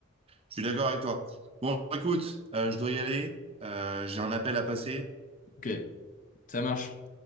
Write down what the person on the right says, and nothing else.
Je suis d'accord avec toi. Bon, écoute, euh, je dois y aller. Euh, j'ai un appel à passer.